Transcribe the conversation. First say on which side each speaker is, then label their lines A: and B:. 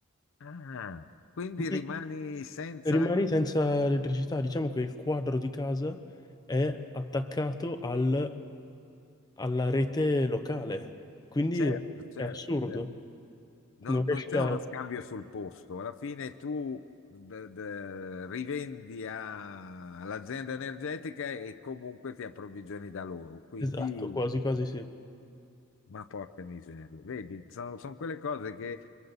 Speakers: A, on the left (about 65°); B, on the left (about 20°).
A: Ah, quindi
B: Quindi
A: rimani senza...
B: rimani
A: anche-
B: senza elettricità. Diciamo che il quadro di casa è attaccato al- alla rete locale. Quindi
A: Certo, certo,
B: è assurdo.
A: certo. No,
B: Non
A: non
B: riesci
A: c'è
B: a...
A: uno scambio sul posto. Alla fine tu d- d- rivendi a- all'azienda energetica e comunque ti approvvigioni da loro. Quindi,
B: Esatto, quasi quasi sì.
A: ma porca miseria. Vedi, sono, sono quelle cose che...